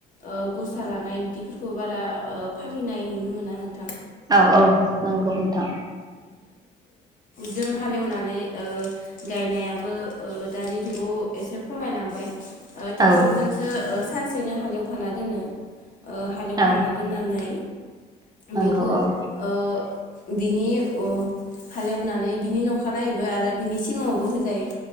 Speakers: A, on the left; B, on the right.
A: ओ गसा लानाय बिदिफोरखौ बारा ओ फालि। नाय नुनो मोना नों।
B: औ औ नंगौ नोंथां।
A: जों हालेवनानै ओ गायनायाबो ओ दानि जुगाव एसे खमायलांबाय। ओ टेक्टर
B: औ
A: जोंसो ओ सानसेनो हालेवखाना दोनो। ओ हालेवखांना
B: औ
A: दोननानै।
B: नंगौ
A: बेखौ
B: औ
A: ओ बिनि ओ हालेवनानै बिनि नखानायैबो आरो बिनि सिगाङावबो हो जायो